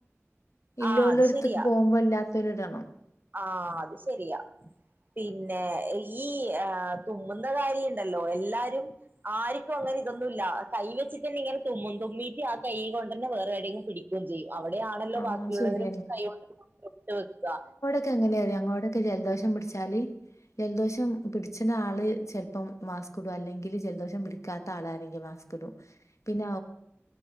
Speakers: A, on the left (about 80°); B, on the right (about 40°).
A: ഇല്ലോ
B: ആ
A: ഉള്ളോട്ത്ത്‌ക്ക്
B: അത് ശരിയാ
A: പോകുമ്പോ ഇല്ലാത്തോരിടണം
B: ആ അത് ശെരിയാ പിന്നെ ഈ ആ തുമ്മുന്ന കാര്യ ഉണ്ടല്ലോ എല്ലാരും ആർക്കും അങ്ങനെ ഇതൊന്നുംല്ല കൈ വെച്ചിട്ട്ന്നെ ഇങ്ങനെ തുമ മുന്തുമീറ്റ ആ കൊണ്ട തന്നെ വേറെ ടെങ്കും പിടിക്കുകയും ചെയ്യും അവിടെയാണല്ലോ
A: ആ
B: ബാക്കിയുള്ളവരും
A: ശരി
B: കൈകണ്ട് മാത്രട്ട് വെക്കുക
A: <unintelligible> എങ്ങനെയ അങ്ങോടൊക്കെ ജലദോഷം പിടിച്ചാല് ജലദോഷം പിടിച്ചണ ആള് ചിലപ്പം മാസ്ക് ഇടുക അല്ലെങ്കിൽ ജലദോഷം പിടിക്കാത്ത ആളാരരെങ്കും <unintelligible> ന്ന